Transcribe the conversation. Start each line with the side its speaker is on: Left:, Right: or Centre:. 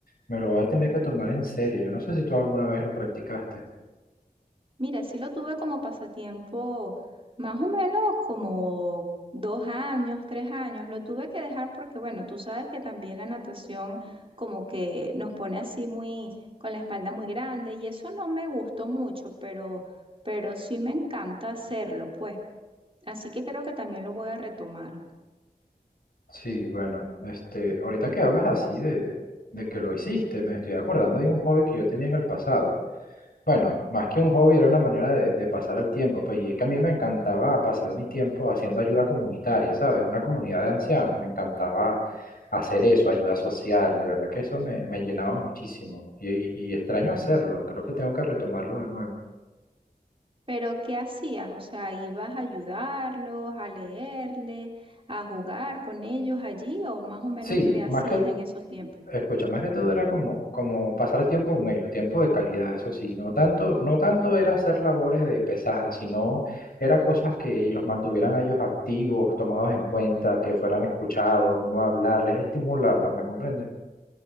Left: Me lo voy a tener que tomar en serio. Yo no sé si tú alguna vez lo practicaste.
Right: Mira, sí lo tuve como pasatiempo más o menos como dos años, tres años. Lo tuve que dejar porque, bueno, tú sabes que también la natación como que nos pone así muy, con la espalda muy grande y eso no me gustó mucho, pero, pero sí me encanta hacerlo, pues. Así que creo que también lo voy a retomar.
Left: Sí, bueno, este, ahorita que hablas así de, de que lo hiciste, me estoy acordando de un hobby que yo tenía en el pasado. Bueno, más que un hobby era una manera de, de pasar el tiempo, pues y es que a mí me encantaba pasar mi tiempo haciendo ayuda comunitaria, ¿sabes? Una comunidad de ancianos, me encantaba hacer eso, ayuda social, de verdad que eso me, me llenaba muchísimo y, y y extraño hacerlo, creo que tengo que retomarlo de nuevo.
Right: Pero, ¿qué hacías? O sea, ¿ibas a ayudarlos, a leerle, a jugar con ellos allí o más o menos
Left: Sí,
Right: qué hacías
Left: más que
Right: en esos tiempos?
Left: Escucha, más que todo era como, como pasar tiempo con ellos, tiempo de calidad, eso sí, no tanto, no tanto era hacer labores de pesadas, sino era cosas que los mantuvieran a ellos activos, tomados en cuenta, que fueran escuchados, uno hablarles, estimularlos, ¿me comprendes?